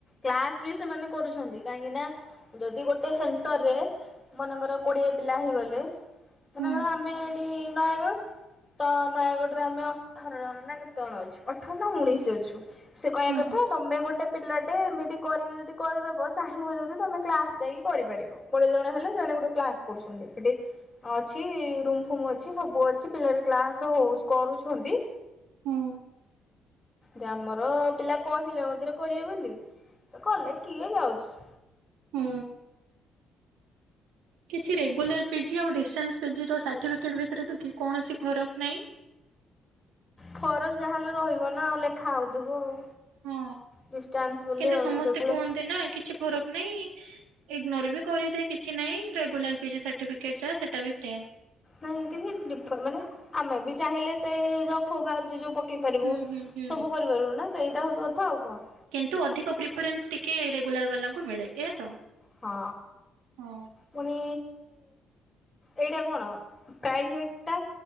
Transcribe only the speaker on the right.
ହୁଁ
ହୁଁ
ହୁଁ।
ହୁଁ। କିଛି ରେଗୁଲାର ପିଜି ଆଉ ଡିଷ୍ଟାନ୍ସ ପିଜି ର ସାର୍ଟିଫିକେଟ ଭିତରେ ତ କି କୌଣସି ଫରକ ନାହିଁ।
ହଁ
କିନ୍ତୁ
ସମସ୍ତେ
କୁହନ୍ତି ନା କିଛି ଫରକ ନାଇଁ। ଇଗ୍ନୋର ବି କରିଦେ କିଛି ନାଇଁ ଦେଗ୍ ଗୋଲାର ପିଜି ସାର୍ଟିଫିକେଟ ଯା ସେଟା ବି ସେଇଆ।
ହୁଁ ହୁଁ ହୁଁ।
କିନ୍ତୁ ଅଧିକ ପ୍ରିଫରେନ୍ସ ଟିକେ ରେଗୁଲାର ବାଲାଙ୍କୁ ମିଳେ ଏହା ତ।
ହଁ।